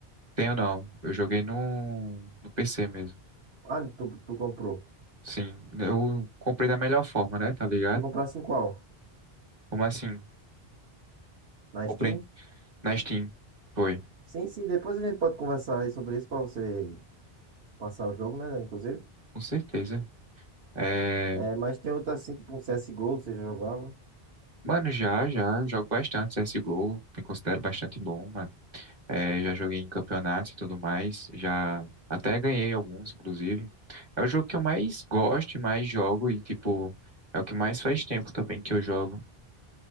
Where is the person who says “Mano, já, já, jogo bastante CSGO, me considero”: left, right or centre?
Right